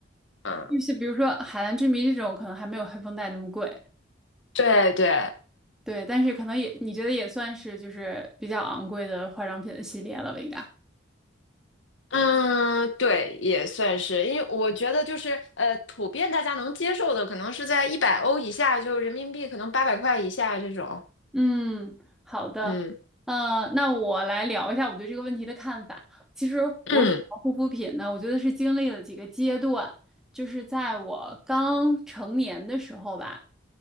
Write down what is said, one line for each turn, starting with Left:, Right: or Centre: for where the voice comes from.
Left: 嗯，
Centre: 就是比如说《海蓝之谜》这种，可能还没有黑绷带那么贵，
Left: 对对。
Centre: 对，但是可能也你觉得也算是就是比较昂贵的化妆品的系列了吧，应该。
Left: 嗯，对，也算是，因为我觉得就是呃，普遍大家能接受的，可能是在一百欧以下，就人民币可能八百块以下这种。
Centre: 嗯，好的，
Left: 嗯
Centre: 呃，那我来聊一下我对这个问题的看法。其实我选择护肤品呢，
Left: 嗯
Centre: 我觉得是经历了几个阶段，就是在我刚成年的时候吧，